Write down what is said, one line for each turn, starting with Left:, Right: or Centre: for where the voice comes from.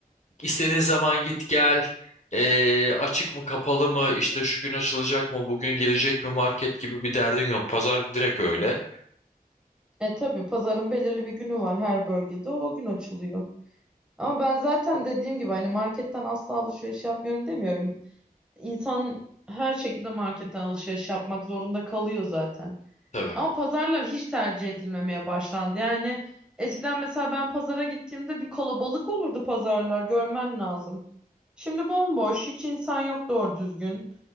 Left: İstediğin zaman git gel. Ee, açık mı kapalı mı işte şu gün açılacak mı bugün gelecek mi market gibi bir derdin yok. Pazar direkt öyle.
Centre: E tabii pazarın belirli bir günü var her bölgede. O gün açılıyor. Ama ben zaten dediğim gibi hani marketten asla alışveriş yapmıyorum demiyorum. İnsan her şekilde marketten alışveriş yapmak zorunda kalıyor zaten.
Left: Tabii.
Centre: Ama pazarlar hiç tercih edilmemeye başlandı. Yani eskiden mesela ben pazara gittiğimde bir kalabalık olurdu pazarlar görmen lazım. Şimdi bomboş, hiç insan yok doğru düzgün.